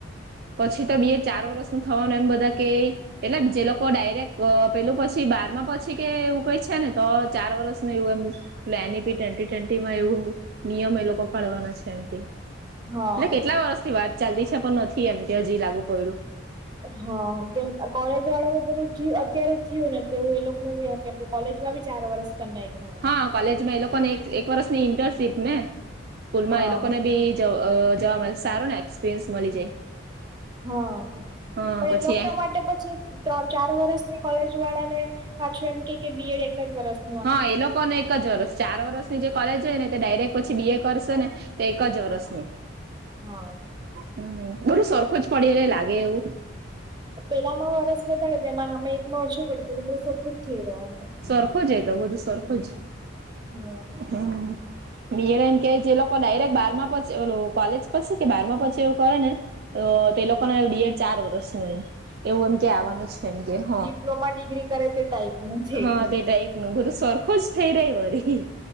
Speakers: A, on the right; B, on the right.
A: પછી તો બી ચાર વર્ષ નું થવાનું એમ બધા કે એટલે જે લોકો પણ ડાયરેક્ટ પેલું પછી બારમાં પછી કે એવું કઈ છે ને તો ચાર વર્ષ એવું એમ પ્લાની પી ટ્વેન્ટી ટ્વેન્ટી માં એવું નિયમ એ લોકો પાળવાના છે એમ કે
B: હા
A: એટલે કેટલા વરષથી વાત ચાલતી છે પણ નથી એમ કે હજી લાગુ પડયુ
B: હા કેમ કોલેજ વાળા બધું જ્યું અત્યારે જયું તેવું એ લોકો નુ કેમ કે, કોલેજમાં બી ચાર વર્ષ કન નાયખુ.
A: હા કોલેજમાં એલોકોને એક-એક વર્ષની ઈન્ટર્નશીપ ને? સ્કૂલમાં
B: હા
A: એ લોકો ને બી જ અ જવા મલે સારું ને એક્સપિરિયન્સ મલી જાય
B: હ
A: હા
B: પણ
A: પછી
B: એલોક ના માટે પછી ત્રણ ચાર વર્ષની કોલેજ વાળા ને પાછું એમ કેય કે બી એડ એક જ વરસનુ
A: હા એ લોકોને એક જ વરસ ચાર વરસ જે, કોલેજ હોય ને તે ડાયરેક્ટ પછી બી. એ કરશે ને તે એક જ વર્ષનું.
B: હ
A: હમ, બઘુ સરખુ જ પડી રેય લાગે એવું-
B: પેલામાં વરસ વધારે તેમાં અમે- માં ઓછુ પડી ગેયુ અમણા સરખું જ થેઈ રેવાનુ,
A: સરખું જ એ તો બધું સરખું જ
B: હા,
A: હમ, બી. એડ એમ કે જે લોકો ડાયરેક્ટ બારમાં પછી ઓલુ કોલેજ પછી કે, બારમાં પછી એવું કરે ને- તો તેલોકો ને બી. એડ ચાર વર્ષનુ એવું, એમ કેય આવવાનું છે એમ કેય, હ
B: ડીપ્લોમા ડિગ્રી કરે તે ટાઈપ- નું થઈ
A: હા,
B: ગયું
A: તે ટાઈપનું બધું સરખુ જ થે રેય વરી-